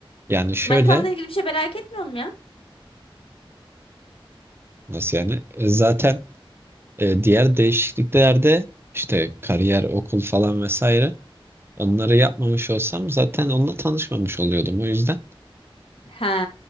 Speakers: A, on the right; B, on the left.
A: yani şöyle
B: Manitanla ilgili bir şey merak etmiyor musun ya?
A: nasıl yani E, zaten e, diğer değişikliklerde işte kariyer, okul falan vesaire onları yapmamış olsam zaten onunla tanışmamış oluyordum. O yüzden
B: He,